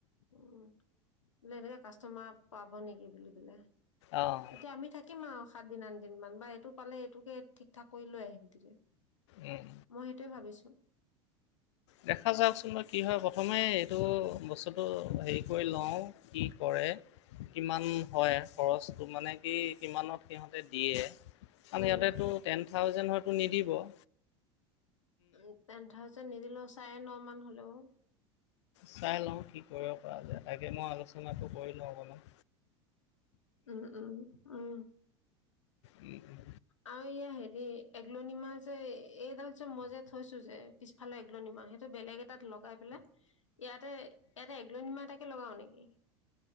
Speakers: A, on the left (about 80°); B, on the left (about 70°).
A: উ বুলে এনেকে কাষ্টমাৰ পাব নেকি বুলি পেলাই।
B: অ',
A: তেতিয়া আমি থাকিম আৰু। সাত দিন আন দিন মান বা এইটো পালে এইটোকে ঠিক ঠাক কৰি লৈ আহিম তেতিয়া
B: উম।
A: মই সেইটোৱে ভাবিছো।
B: দেখা যাওকচোন বা কি হয় প্ৰথমে এইটো বস্তুটো হেৰি কৰি লওঁ কি কৰে কিমান হয় খৰচটো মানে কি কিমানত সিহঁতে দিয়ে। কাৰণ
A: উম
B: সিহঁতেটো টেন থাউজেন হয়তো নিদিব। <inaudible>
A: উ টেন থাউজে- ণ্টে নিদিলো চাৰে ন মান হলেও
B: চাই লওঁ কি কৰক। কৰা যায় তাকে মই আলোচনাটো কৰিলও আক নো
A: উম উম উম
B: উম, উম,
A: আৰু ইয়া হেৰি এগলনি মাহ যে এইডাল যে মই যে থৈছো যে পিছফালে তুলনি মাহ সেইটো বেলেগ এটাত লগাই পেলাই ইয়াতে ইয়াতে এগলনি মা এটাকে লগাও নেকি